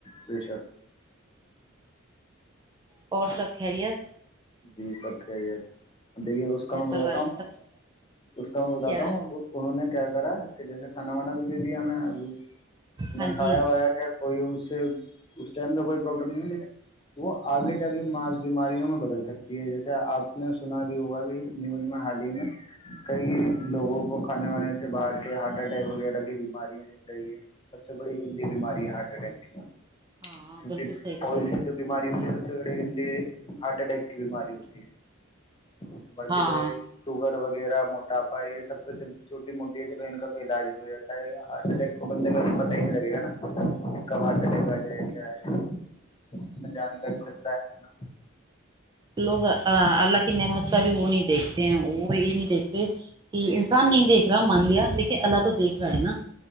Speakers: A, on the left; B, on the right.
A: بے شک
B: اور سب خیریت
A: جی سب خیریت دیکھیے اس کا
B: گھر
A: میں
B: پریوار
A: بتاتا ہوں
B: سب
A: اس کا میں بتاتا
B: کیا
A: ہوں انہوں نے کیا کرا کہ جیسے کھانا وانا تو دے د آیں
B: ہاں
A: نہ کھیا
B: جی
A: وایا خار کوئی ا تو اس ٹائم میں کوئی پرابلم نہیں ہے لیکن وہ آگے جا کے ماس بیماریوں میں بدل سکتی ہے جیسے آپ نے سنا بھی ہوا بھی نیوز میں حال ہی میں کئی لوگوں کو کھانے وانے سے باہر کے ہارٹ اٹیک وغیرہ کی بیماریاں چل رہی ہے سب سے بڑی گندی بیماری ہے ہارٹ اٹیک کی
B: ہاں
A: کیونکہ
B: بالکل صحیح بتایا
A: آ ئل سے جو
B: صحیح
A: بیماری
B: فرمایا
A: ہوتی ہے سب سے بڑی گندی ہارٹ اٹیک کی بیماری ہوتی ہے باقی
B: ہاں
A: تو یہ شوگر و جڑا موٹاپا یہ سب تو چھوٹی موٹی ہے چلو ان کا تو علاج بھی ہو جاتا ہے ہارٹ اٹیک تو بندے کا پت ہی نہیں لگے گا نا کہ کب ہارٹ اٹیک آ جائے کیا ہے نا جانے کا بھی خطرہ ہے اپنا
B: لوگ اللہ کی نعمت کا بھی وہ نہیں دیکھتے ہیں وہ یہ نہیں دیکھتے کہ انسان نہیں دیکھ رہا مان لیا لیکن اللہ تو دیکھ رہا ہے نا